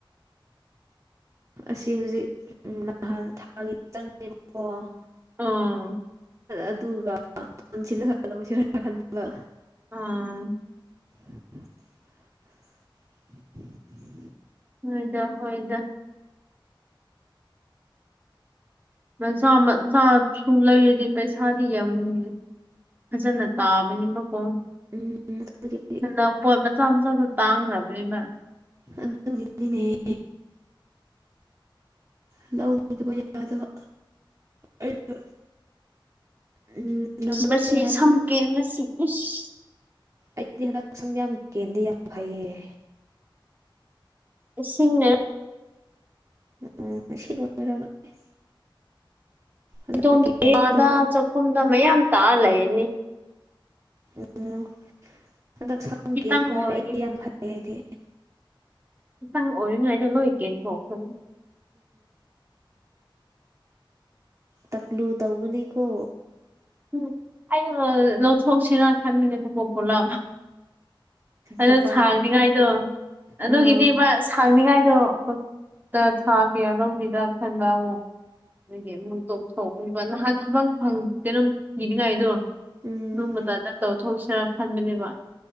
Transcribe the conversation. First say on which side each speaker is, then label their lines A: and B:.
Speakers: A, on the right (about 35°); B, on the right (about 20°).
A: ꯑꯁꯤ ꯍꯨꯖꯤꯛ ꯅꯍꯥꯟ ꯊꯥꯒꯤ ꯆꯪꯉꯦꯕꯀꯣ꯫
B: ꯑꯥ
A: ꯑꯗꯨꯒ ꯄꯨꯟꯁꯤꯜꯂꯒ ꯂꯧꯁꯤꯔ ꯈꯟꯕ꯫
B: ꯑꯥ
A: <inaudible> <inaudible>
B: ꯍꯣꯏꯗ ꯍꯣꯏꯗ ꯃꯆꯥ-ꯃꯆꯥꯁꯨ ꯂꯩꯔꯗꯤ ꯄꯩꯁꯥꯗꯤ ꯌꯥꯝꯅꯤ꯫ ꯐꯖꯅ ꯇꯥꯕꯅꯤꯕꯀꯣ
A: ꯎꯝ ꯑꯗꯨꯒꯤ
B: ꯁꯅꯥꯄꯣꯠ ꯃꯆꯥ-ꯃꯆꯥꯗꯨ ꯇꯥꯡꯈ꯭ꯔꯕꯅꯤꯅ
A: ꯑꯗꯨꯒꯤꯅꯤꯅꯦ ꯂꯧꯗꯕ ꯌꯥꯗꯕ ꯑꯩꯅ, ꯎꯝ ꯉꯝꯗ꯭ꯔꯦ
B: ꯃꯁꯤ
A: ꯍꯥꯏꯕ
B: ꯁꯝ ꯀꯦꯟꯕꯁꯤ ꯎꯁ
A: ꯑꯩꯗꯤ ꯍꯟꯗꯛ ꯁꯝ ꯌꯥꯝ ꯀꯦꯟꯗꯦ ꯌꯥꯝ ꯐꯩꯌꯦ꯫
B: ꯏꯁꯤꯡꯅꯦ
A: ꯎꯝ ꯏꯁꯤꯡꯅ ꯑꯣꯏꯔꯝꯒꯅꯤ ꯍꯟꯗꯛ
B: ꯑꯗꯨꯝ
A: ꯀꯦꯟꯕꯗ
B: ꯀꯥꯗ ꯆꯥꯛꯈꯨꯝꯗ ꯃꯌꯥꯝ ꯇꯥ ꯂꯩꯔꯅꯤ꯫
A: ꯑꯣ ꯍꯟꯗꯛ ꯁꯝ
B: ꯈꯤꯇꯪ
A: ꯀꯦꯟꯕ
B: ꯑꯣꯏꯔꯤ
A: ꯍꯥꯏꯔꯒ ꯑꯩꯗꯤ ꯌꯥꯝ ꯐꯩꯌꯦ ꯑꯩꯗꯤ
B: ꯑꯍꯟ ꯑꯣꯏꯔꯤꯉꯩꯗ ꯂꯣꯏ ꯀꯦꯟꯊꯣꯛꯈꯔꯅꯤ
A: ꯇꯛꯂꯨ ꯇꯧꯒꯅꯤꯀꯣ
B: ꯎꯝ ꯑꯩꯅ ꯂꯧꯊꯣꯛꯁꯤꯔ ꯈꯟꯕꯅꯦꯕꯀꯣ ꯄꯨꯂꯞ ꯑꯗꯣ
A: ꯃꯄꯥꯟ
B: ꯁꯥꯡꯅꯤꯉꯥꯏꯗꯣ ꯑꯗꯨꯒꯤꯅꯦꯕ
A: ꯑꯥ
B: ꯁꯥꯡꯅꯤꯉꯥꯏꯗꯣ ꯍꯨꯠꯇ ꯊꯥ ꯀꯌꯥ ꯂꯧꯒꯤꯗꯥ ꯈꯟꯕ ꯑꯃꯨꯛ ꯅꯪꯒꯤ ꯑꯃꯨꯛ ꯇꯣꯛꯊꯣꯛꯅꯤꯕ ꯅꯍꯥꯟ ꯊꯕꯛ ꯐꯪ ꯀꯩꯅꯣꯝ ꯊꯤꯅꯤꯡꯉꯥꯏꯗꯣ
A: ꯎꯝ
B: ꯑꯗꯨꯝꯕ ꯀꯥꯟꯗ ꯇꯧꯊꯣꯛꯁꯤꯔꯥ ꯈꯟꯕꯅꯦꯕ